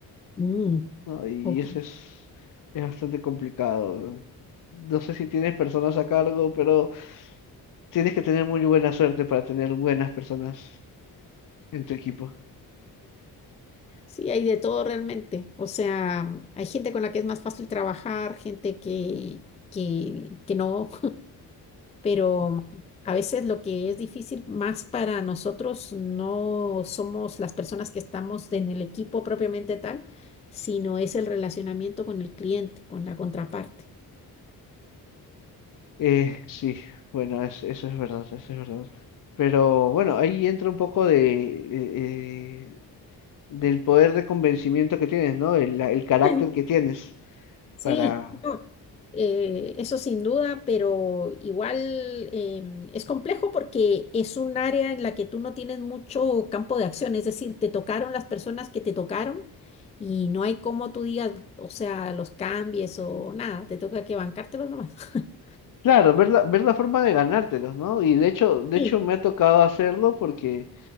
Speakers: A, on the left; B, on the left.
A: Mm,
B: ¿no? Y
A: ok.
B: eso es, es bastante complicado. No sé si tienes personas a cargo, pero tienes que tener muy buena suerte para tener buenas personas en tu equipo.
A: Sí, hay de todo realmente. O sea, hay gente con la que es más fácil trabajar, gente que, que, que no. pero a veces lo que es difícil más para nosotros no somos las personas que estamos en el equipo propiamente tal, sino es el relacionamiento con el cliente, con la contraparte.
B: Eh, sí, bueno, es- eso es verdad, eso es verdad. Pero bueno, ahí entra un poco de, eh, eh, del poder de convencimiento que tienes, ¿no? El, la- el carácter
A: <laughs>
B: que tienes
A: Sí,
B: para,
A: no, eh, eso sin duda, pero igual em, es complejo porque es un área en la que tú no tienes mucho campo de acción, es decir, te tocaron las personas que te tocaron y no hay cómo tú digas, o sea, los cambies o nada, te toca que bancártelos nomás. <laughs>
B: claro, ver la, ver la forma de ganártelos, ¿no? Y de hecho, de
A: Sí,
B: hecho me ha tocado hacerlo porque